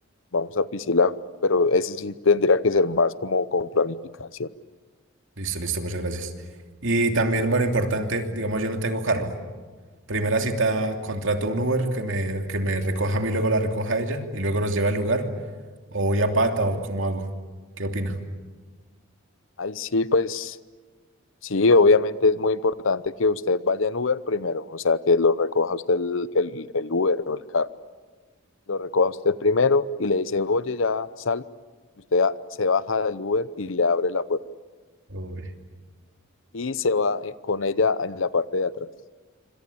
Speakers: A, on the left; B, on the right.
A: vamos a Piscilab, pero ese sí tendría que ser más como con planificación.
B: Listo, listo, muchas gracias. Y también, bueno, importante, digamos, yo no tengo carro. Primera cita, contrato un Uber que me, que me recoja a mí, luego la recoja a ella y luego nos lleve al lugar. O voy a pata o cómo hago. ¿Qué opina?
A: ay sí, pues sí, obviamente es muy importante que usted vaya en Uber primero, o sea, que lo recoja usted el, el, el Uber o el carro, lo recoja usted primero y le dice, oye, ya sal, y usted a- se baja del Uber y le abre la puerta
B: Uy.
A: y se va eh, con ella en la parte de atrás.